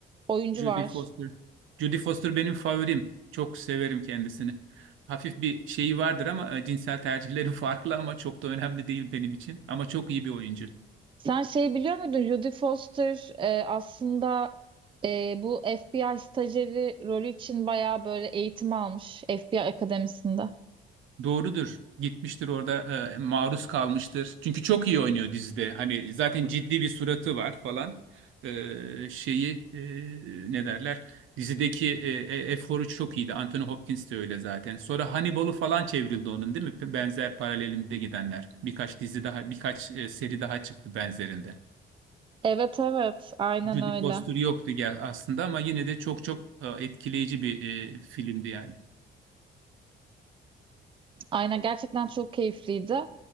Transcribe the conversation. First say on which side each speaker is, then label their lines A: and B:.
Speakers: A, on the right (about 25°); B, on the right (about 80°).
A: oyuncu
B: Judy
A: var.
B: Foster. Judy Foster benim favorim. Çok severim kendisini. Hafif bir şeyi vardır ama e, cinsel tercihleri <laughs> farklı ama çok da önemli değil benim için. Ama çok iyi bir oyuncu.
A: Sen şey biliyor muydun? Jodie Foster e, aslında e, bu FBI stajyeri rolü için bayağı böyle eğitim almış FBI akademisinde.
B: Doğrudur. Gitmiştir orada e, maruz kalmıştır. Çünkü çok iyi oynuyor dizide. Hani zaten ciddi bir suratı var falan. E, şeyi e, ne derler? Dizideki e, e, eforu çok iyiydi. Anthony Hopkins de öyle zaten. Sonra Hannibal'u falan çevrildi onun değil mi? Benzer paralelinde gidenler. Birkaç dizi daha, birkaç e, seri daha çıktı benzerinde.
A: Evet evet aynen
B: Jodie
A: öyle.
B: Foster yoktu gel aslında ama yine de çok çok e, etkileyici bir e, filmdi yani.
A: Aynen gerçekten çok keyifliydi.